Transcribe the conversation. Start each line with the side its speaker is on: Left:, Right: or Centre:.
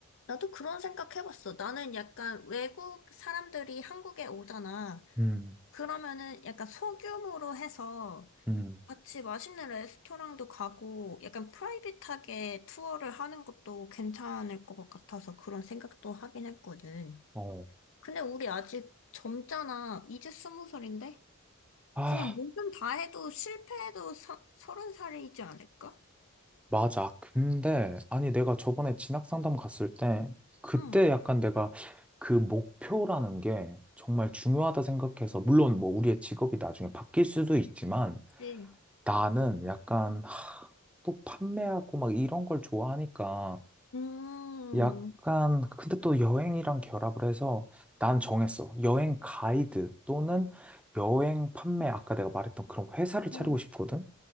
Left: 나도 그런 생각 해봤어. 나는 약간 외국 사람들이 한국에 오잖아.
Centre: 음,
Left: 그러면은 약간 소규모로 해서
Centre: 음.
Left: 같이 맛있는 레스토랑도 가고 약간 프라이빗하게 투어를 하는 것도 괜찮을 것 같아서 그런 생각도 하긴 했거든.
Centre: 어.
Left: 근데 우리 아직 젊잖아. 이제 스무 살인데?
Centre: 아,
Left: 그냥 뭐든 다 해도 실패해도 서, 서른 살이지 않을까?
Centre: 맞아. 근데, 아니, 내가 저번에 진학 상담 갔을 때, 그때
Left: 응,
Centre: 약간 내가 그 목표라는 게 정말 중요하다 생각해서, 물론 뭐 우리의 직업이 나중에 바뀔 수도 있지만,
Left: 그치.
Centre: 나는 약간, 하, 또 판매하고 막 이런 걸 좋아하니까,
Left: 음,
Centre: 약간, 근데 또 여행이랑 결합을 해서 난 정했어. 여행 가이드 또는 여행 판매, 아까 내가 말했던 그런 회사를 차리고
Left: 어,
Centre: 싶거든?